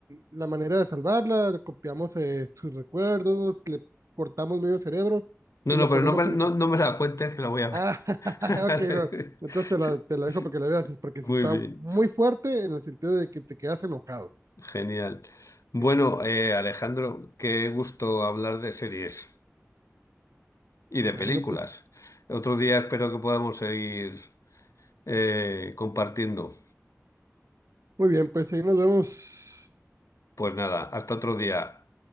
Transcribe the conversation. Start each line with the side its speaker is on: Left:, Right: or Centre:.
Right: mm, la manera de salvarla, le copiamos eh, sus recuerdos, le cortamos medio cerebro
Left: No,
Right: y
Left: no,
Right: le ponemos
Left: pero no me,
Right: un...
Left: no, no me la cuentes que la voy a ver.
Right: Ah, <laughs>
Left: <laughs>
Right: ok, no. Entonces te
Left: Sí,
Right: la, te la
Left: sí.
Right: dejo para que la veas, es porque
Left: Muy
Right: si está
Left: bien,
Right: muy fuerte en el sentido de que te quedas enojado.
Left: genial. Bueno,
Right: Que-
Left: eh, Alejandro, qué gusto hablar de series. y de
Right: Bueno,
Left: películas.
Right: pues
Left: Otro día espero que podamos seguir eh, compartiendo.
Right: muy bien, pues ahí nos vemos.
Left: Pues nada, hasta otro día.